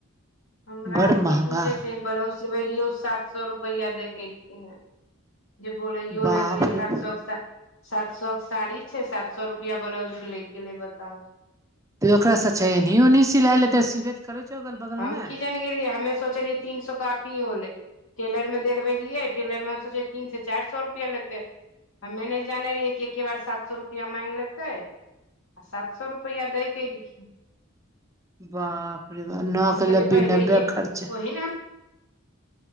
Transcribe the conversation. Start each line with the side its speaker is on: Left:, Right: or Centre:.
Left: हमरा
Right: बड़
Left: स की
Right: महंगा
Left: पूछे छही ब्लाउज सिबैलियो सात सए रुपैया दैय के <unintelligible> जे बोलैयो
Right: बाप
Left: ल गेलिये सात
Right: रे बा
Left: सौ के सा सात सौ के साड़ी छै सात सौ रुपैआ ब्लाउज के लैग गेलै बताउ
Right: त ओकारस अच्छा एनहीये ओनहीये सियालैत सिबे त करै छौ अगल बगलमे
Left: हम
Right: मे
Left: की जानि गेलियै हमे सोचलीयै तीन सो काफी होलै टेलर मे देलबलियै टेलर मे सोचे तीन से चैर सौ रुपैआ लेतै हमे नै जाने रहियै कि एके बार सात सौ रुपैआ मैग लेतै आ सात सौ रुपैआ दै के एलखीन
Right: बाप रे बाप नओ
Left: हम
Right: के
Left: कहलियै
Right: लभी
Left: पहिलैये
Right: नब्बे खर्च
Left: ओहि ने हम